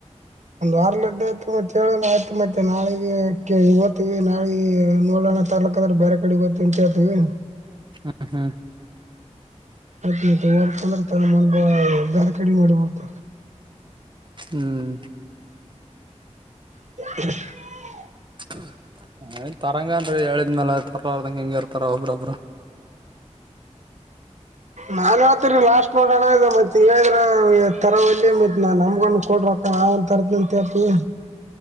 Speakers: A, on the right (about 75°); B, on the right (about 40°).
A: ಒಂದ್ ವಾರ್ಲಿಂದ ಆಯ್ತು ಮತ್ತೆೇಳ ಆಯ್ತು ಮತ್ತೆ ನಾಳೆಗೆ ಓತೀವಿ ನಾಳೆ ನೋಡ ತರ್ಲಕ್ಕ ಅಂದ್ರ ಬೇರೆ ಕಡೆ ಹೋಗ್ತೀನಿ ಅಂತ ಹೇಳ್ತಿವಿ
B: ಹ್ಮ ಹ್ಮ್
A: ಅ ತಂದ್ರ ತ ಮ ದಾರ್ ಕಡಿ ಮಾಡಿಬಡ್ತ
B: ಹ್ಮ್
A: <inaudible>
B: <inaudible> ತರಂಗನ್ರಿ ಹೇಳಿದ್ಮ್ಯಾಲ ತರರ್ದಂಗ ಹೆಂಗ ಇರ್ತಾರ ಒಬ್ರೊಬರು
A: ನಾನ್ ಆತೀರಿ ಲಾಸ್ಟ ನೋಡೋಣ ಇ ಮತ್ತ ತರವಲ್ಲೇ ಮತ್ ನಾ ನಮ್ಗನ್ನು ಕೊಡ ರೊಕ್ಕ ನಾವ ರ ತರತೀನಿ ಅಂತ ಹೇಳ್ತಿನಿ